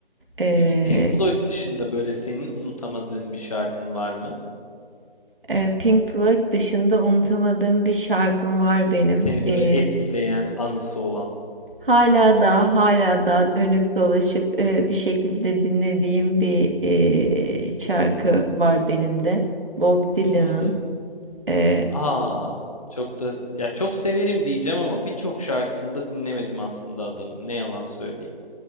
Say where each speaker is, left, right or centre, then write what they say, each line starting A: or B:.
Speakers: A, on the right; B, on the left.
A: E,
B: Peki Pink Floyd dışında böyle senin unutamadığın bir şarkın var mı?
A: e, Pink Floyd dışında unutamadığım bir şarkım var benim.
B: Seni böyle
A: E,
B: etkileyen anısı olan.
A: Hala da, hala da dönüp dolaşıp, eee, bir şekilde dinlediğim bir, eee, şarkı var benim de. Bob Dylan'ın.
B: Hmm.
A: Eee,
B: Aa, çok da ya çok severim diyeceğim ama birçok şarkısını da dinlemedim aslında adamın. Ne yalan söyleyeyim.